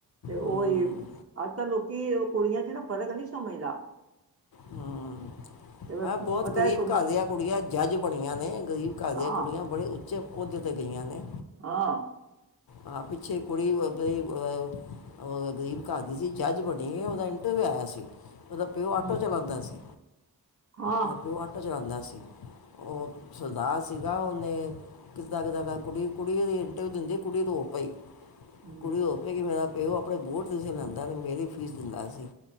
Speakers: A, on the right (about 35°); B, on the left (about 60°).
A: ਤੇ ਓ
B: ਹਮ,
A: ਈ, ਅੱਜ-ਕੱਲ੍ਹ ਲੋਕੀ ਕੁੜੀਆਂ 'ਚ ਨਾ ਫਰਕ ਨਹੀ ਸਮਝਦਾ
B: ਹੂੰ।
A: ਤੇ
B: ਐਹ ਬਹੁਤ
A: ਪਤਾ
B: ਗਰੀਬ
A: ਹੈ
B: ਘਰ ਦੀਆਂ ਕੁੜੀਆਂ ਜੱਜ ਬਣੀਆਂ ਨੇ। ਗ਼ਰੀਬ ਘਰ ਦੀਆਂ
A: ਹਾਂ
B: ਕੁੜੀਆਂ ਬੜੇ ਉਚੇ ਕੋਹਦੇ ਤੇ ਗਈਆਂ ਨੇ।
A: ਹਾਂ।
B: ਆ ਪਿੱਛੇ ਕੁੜੀ ਓ, ਪਈ ਐ ਓਹ ਗਰੀਬ ਘਰ ਦੀ ਸੀ। ਜੱਜ ਬਣੀ ਓਹਦਾ ਇੰਟਰਵਿਊ ਆਇਆ ਸੀ। ਓਦਾ ਪਿਓ ਆਟੋ
A: ਹਮ
B: ਚਲਾਂਦਾ ਸੀ।
A: ਹਾਂ
B: ਓਦਾ ਪਿਓ ਆਟੋ ਚਲਾਂਦਾ ਸੀ। ਉਹ ਸਰਦਾਰ ਸੀਗਾ। ਉਹਨੇ ਕਿਦਾ-ਕਿਦਾ ਕਰ ਕੁੜੀ। ਕੁੜੀ ਉਹਦੀ ਇੰਟਰਵਿਊ ਦਿੰਦੀ ਕੁੜੀ ਰੋ ਪਈ।
A: ਹਮ
B: ਕੁੜੀ ਰੋ ਪਈ ਕਿ ਮੇਰਾ ਤੇ ਉਹ ਆਪਣੇ ਬੋਟ ਨੀ ਸੀ ਲੈਂਦਾ ਤੇ ਮੇਰੀ ਫੀਸ ਦਿੰਦਾ ਸੀ।